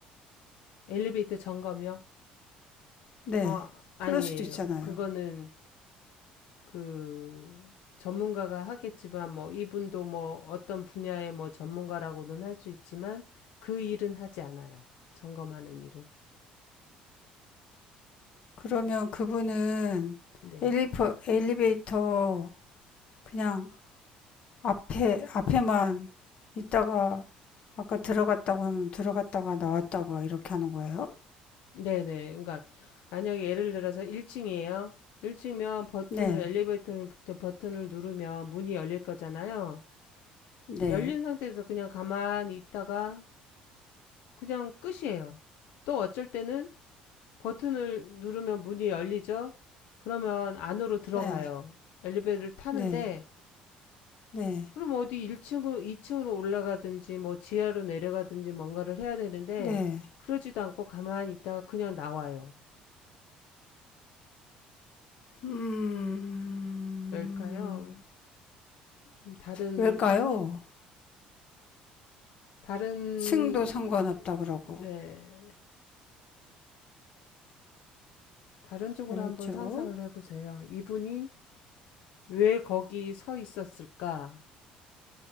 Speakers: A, on the left; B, on the left.
A: 엘리베이터 점검이요?
B: 네.
A: 아, 아니에요.
B: 그럴 수도 있잖아요.
A: 그거는 그 전문가가 하겠지만 뭐 이분도 뭐 어떤 분야의 뭐 전문가라고는 할 수 있지만 그 일은 하지 않아요. 점검하는 일은.
B: 그러면 그분은
A: 네.
B: 엘리베, 엘리베이터 그냥 앞에, 앞에만 있다가 아까 들어갔다고 하면 들어갔다가 나왔다가 이렇게 하는 거예요?
A: 네네. 그러니까 만약에 예를 들어서 1층이에요. 1층이면 버튼을
B: 네,
A: 엘리베이터 버튼을 누르면 문이 열릴 거잖아요.
B: 네,
A: 열린 상태에서 그냥 가만히 있다가 그냥 끝이에요. 또 어쩔 때는 버튼을 누르면 문이 열리죠? 그러면 안으로 들어가요.
B: 네,
A: 엘리베이터를 타는데,
B: 네, 네,
A: 그럼 어디 1층으로, 2층으로 올라가든지, 뭐 지하로 내려가든지 뭔가를 해야 되는데,
B: 네.
A: 그러지도 않고 가만히 있다가 그냥 나와요.
B: 음,
A: 왜일까요? 좀 다른,
B: 왜일까요?
A: 다른,
B: 층도 상관없다 그러고.
A: 네, 다른 쪽으로
B: 그렇죠.
A: 한번 상상을 해보세요. 이분이 왜 거기 서 있었을까?